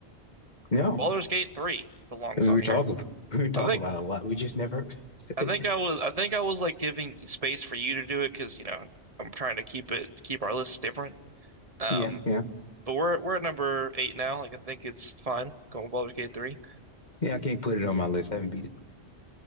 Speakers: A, on the left; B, on the right.
A: No,
B: Baldur's Gate 3 belongs
A: I mean,
B: on
A: we were
B: here.
A: talking, we were talking
B: I think,
A: about it a lot. We just never <laughs> said
B: I think
A: it.
B: I was, I think I was like giving space for you to do it because, you know, I'm trying to keep it, keep our lists different. Um,
A: Yeah, yeah,
B: but we're we're at number eight now. Like I think it's fine going with Baldur's Gate 3.
A: yeah. I can't put it on my list. I haven't beat it.